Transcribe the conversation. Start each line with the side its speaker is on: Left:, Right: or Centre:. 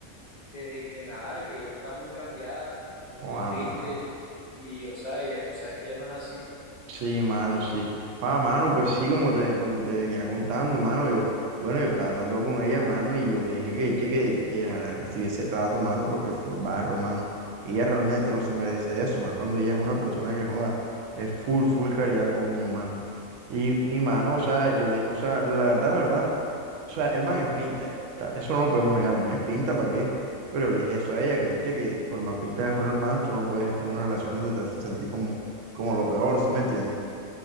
Left: de que nada, que ya está muy cambiada, está muy
Right: Joda,
Left: triste
Right: ma-
Left: y, o sea, ya tú sabes que ya no es así.
Right: Sí, mano, sí. Joda, mano, pues sí, como te, como te venía contando, mano, yo, bueno, yo estaba hablando con ella, mano, y yo le dije que, che, que, que dejara de recibir ese trato, mano, porque full barro, mano. Ella realmente no se merece eso, más cuando ella es una persona que joda, es full, full calidad con uno, mano. Y mi mano, o sea, yo le, o sea, la verdad, la verdad. O sea, el man es pinta ya. Tal, eso no lo podemos negar, el man es pinta, ¿para qué? Pero yo le dije eso a ella, que che, que por más pinta que fuera el man, tú no puedes estar en una relación donde te hacen sentir como, como lo peor, ¿sí me entiendes?